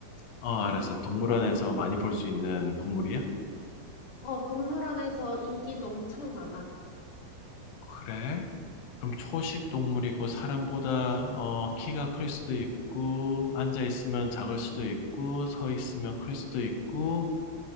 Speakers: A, on the left; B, on the left.
A: 어, 알았어. 동물원에서 많이 볼 수 있는 동물이야?
B: 어, 동물원에서 인기도 엄청 많아.
A: 그래? 그럼 초식 동물이고 사람보다 어, 키가 클 수도 있고 앉아 있으면 작을 수도 있고 서 있으면 클 수도 있고